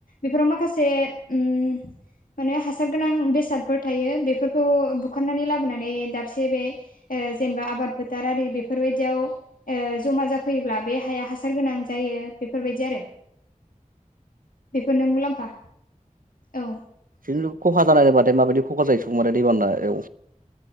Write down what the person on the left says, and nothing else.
बेफोराव माखासे उम माने हासार गोनां बेसादफोर थायो बेफोरखौ बुखारनानै लाबोनानै दाबसे बे जेनेबा आबाद फोथारारि बेफोरबायदियाव जमा जाफैयोब्ला बे हाया हासार गोनां जायो बेफोरबायदि आरो। बेफोरनो मुलाम्फा औ